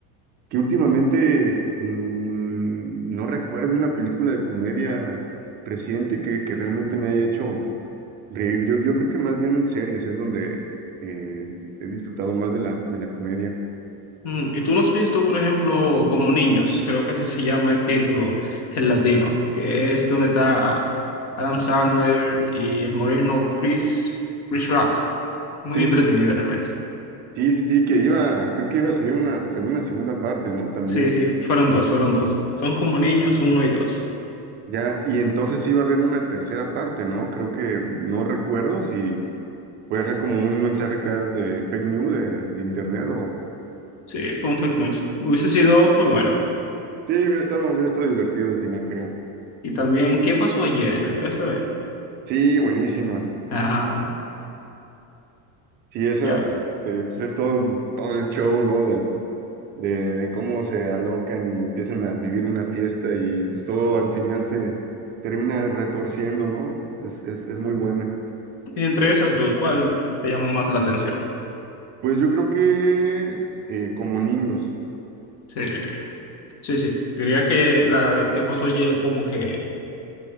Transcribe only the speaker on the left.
Mm, ¿Y tú no has visto, por ejemplo, Como Niños? Creo que así se llama el título <laughs> en latino, que es donde está Adam Sandler y el moreno Chris, Chris Rock. Muy
entretenido realmente.
Sí, sí, fueron dos, fueron dos. Son Como Niños uno y dos.
Sí, fue un fake news. Hubiese sido muy bueno.
Y también, ¿qué pasó ayer? ¿La llegaste a ver?
Ah,
ya.
Y entre esas dos, ¿cuál te llamó más la atención?
Sí, sí, sí. Diría que la de qué pasó ayer como que